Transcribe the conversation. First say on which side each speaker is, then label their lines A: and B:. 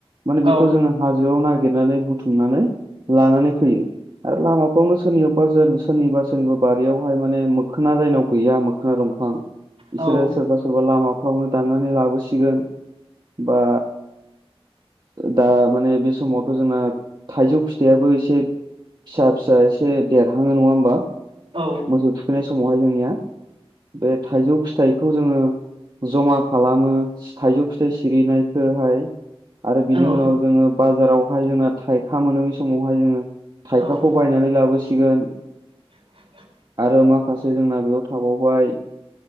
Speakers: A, on the right; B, on the right.
A: माने
B: औ
A: बेखौ जोङो हाजोआव नागिर नागिरनानै बुथुमनानै लानानै फैयो। आरो लामाफ्रावनो सोरनि बाजार सोर सोरनिबा सोरनिबा बारियावहाय माने मोखोना जायनाव गैया मोखोना दंफां बिसोरो
B: औ
A: सोरबा सोरबा लामा फावनो दानानै लाबोसिगोन बा दा माने बे समावथ' जोंना थाइजौ फिथाइयाबो एसे फिसा फिसा एसे देरहाङो नङा होमबा?
B: औ
A: मोसौ थुखैनाय समावहाय जोंनिया बे थाइजौ फिथाइखौ जोङो जमा खालामो थाइजौ फिथाइ सिरिनायखौहाय आरो
B: औ
A: बिनि उनाव जोङो बाजारावहाय जोंना थाइखा मोनोनि समावहाय जोङो थायखाखौ
B: औ
A: बायनानै लाबोसिगोन
B: <inaudible>
A: आरो माखासे जोंना बेयाव थाबावबाय